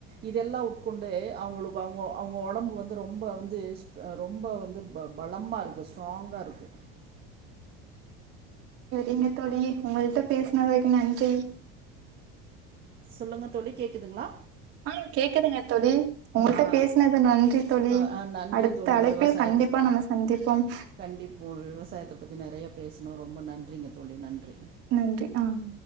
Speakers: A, on the right; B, on the right.
A: இதெல்லா உட்கொண்டு அவங்களுக்கு அவங்க அவங்க உடம்பு வந்து ரொம்ப வந்து ஸ் ரொம்ப வந்து பலமா இருக்கு ஸ்ட்ராங்கா இருக்கு
B: சரிங்க தோழி உங்கள்ட்ட பேசின வரைக்கு நன்றி
A: சொல்லுங்க தோழி கேக்குதுங்களா
B: ஆஹ் கேக்குதுங்க தோழி உங்கள்ட்ட
A: ஆ
B: பேசினதுல நன்றி தோழி
A: அ அ நன்றி
B: அடுத்த
A: தோழி
B: அழைப்பில்
A: விவசாயத்த
B: கண்டிப்பா நம்ம சந்திப்போம்
A: கண்டிப்போ விவசாயத்த பத்தி நெறைய பேசணோ ரொம்ப நன்றிங்க தோழி நன்றி
B: நன்றி ஆஹ்